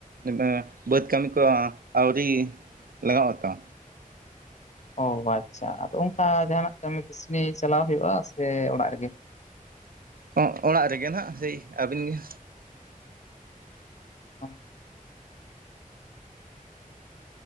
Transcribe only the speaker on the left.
ᱚ ᱵᱟᱪᱪᱷᱟ ᱟᱫᱚ ᱚᱱᱠᱟ ᱡᱟᱦᱟᱱᱟᱜ ᱠᱟᱹᱢᱤ ᱠᱟᱹᱥᱱᱤ ᱪᱟᱞᱟᱣ ᱦᱩᱭᱩᱜᱼᱟ ᱥᱮ ᱚᱲᱟᱜ ᱨᱮᱜᱮ?
ᱦᱚᱸ